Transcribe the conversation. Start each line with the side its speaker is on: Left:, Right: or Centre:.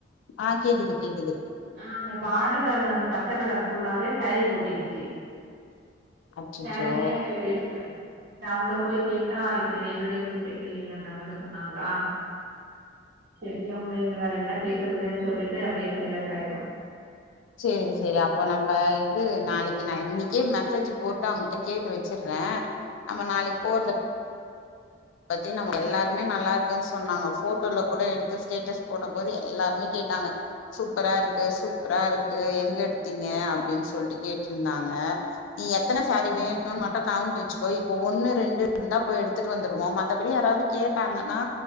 Left: ஆ கேக்குது கேக்குது
Right: ஆ அந்த பார்டர்ல இருந்த அந்த பச்ச கலர் ஃபுல்லாவே சேரீக்கி ஒட்டிக்கிச்சு
Left: அச்சச்சோ
Right: சாரீயே வேஸ்ட் ஆயிடுது இந்த அவுங்கள போய் கேட்டா இது என்னுடைய மிஸ்டேக் இல்லீங்க அந்த மாரி சொன்னாங்களா சேரி அவுங்கள இனி வேற என்ன கேக்குறதுனு சொல்லிட்டு அப்டியே சைலண்ட் ஆயிட்டோ
Left: சேரி சேரி அப்போ நம்ப இது நாளைக்கி நா இன்னிக்கே மெசேஜ் போட்டு அவுங்கட்ட கேட்டு வச்சுறே நம்ம நாளைக்கு போறது பத்தி நமக்கு எல்லாருமே நல்லா இருக்குன்னு சொன்னாங்க போ தோல்ல போட்டத எடுத்து ஸ்டேட்டஸ் போடு போது எல்லாருமே கேட்டாங்க சூப்பரா இருக்கு சூப்பரா இருக் எங்க எடுத்தீங்க அப்டினு சொல்லிட்டு கேட்டிருந்தாங்க நீ எத்தன சேரி
Right: ஆ
Left: வேணு மட்டு கவுண்ட வச்சுக்கோ இப்போ ஒன்னு ரெண்டு இருந்தா போய் எடுத்துட்டு வந்துருவோ மத்தபடி யாராது கேட்டாங்கன்னா